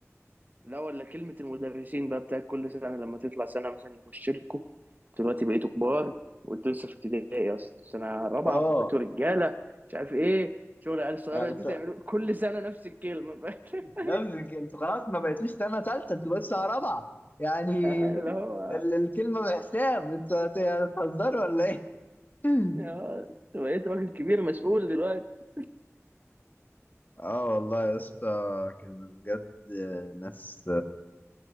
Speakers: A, on the right; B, on the left.
A: لا ولا كلمه المدرسين بقى بتاعت كل سنه لما تطلع سنه مثلا يخش لكم دلوقتي بقيتوا كبار وانتوا لسه في ابتدائي اصلا سنه
B: <laughs>
A: رابعه
B: اه
A: بقيتوا رجاله مش عارف ايه شغل عيال صغيره
B: انا بت...
A: انتوا تعملوا كل سنه نفس الكلمه <laughs>
B: نفسي كده، انتوا خلاص ما بقيتوش سنه ثالثه انتوا بقيتوا سنه رابعه يعني
A: آه، اللي هو
B: ال... الكلمه بحساب انتوا هت- هتهزروا ولا ايه؟ <laughs>
A: آه، بقيت راجل كبير مسؤول دلوقتي
B: اه والله يا اسطى كان بجد ناس